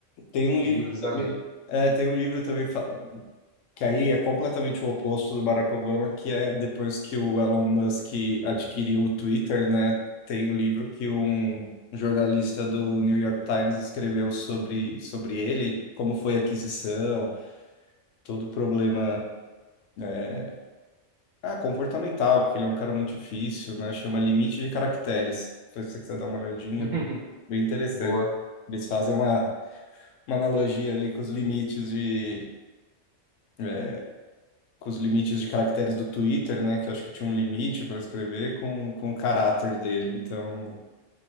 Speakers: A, on the left; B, on the right.
A: tem um livro
B: de livros
A: também,
B: a ler.
A: é, tem um livro também fa- Que aí é completamente o oposto do Barack Obama, que é depois que o Elon Musk adquiriu o Twitter, né? Tem um livro que um jornalista do New York Times escreveu sobre, sobre ele, como foi a aquisição, todo o problema é, ah, comportamental, porque ele é um cara muito difícil, né? Chama Limite de Caracteres. Se você quiser dar uma olhadinha,
B: <laughs>
A: bem interessante.
B: Boa.
A: Eles fazem uma, uma analogia ali com os limites de é, com os limites de caracteres do Twitter, né? Que eu acho que tinha um limite para escrever com, com o caráter dele. Então,